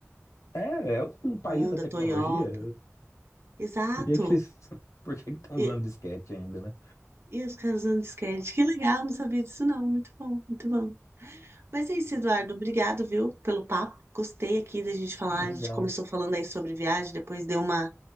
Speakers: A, on the left; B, on the right.
A: É, é um país
B: Honda,
A: da tecnologia.
B: Toyota. Exato.
A: Por que que eles, <laughs> por que que estão
B: E,
A: usando disquete ainda, né?
B: e os caras usando disquete. Que legal, não sabia disso não. Muito bom, muito bom. Mas é isso, Eduardo. Obrigado, viu, pelo papo. Gostei aqui da gente falar.
A: Legal.
B: A gente começou falando aí sobre viagem, depois deu uma,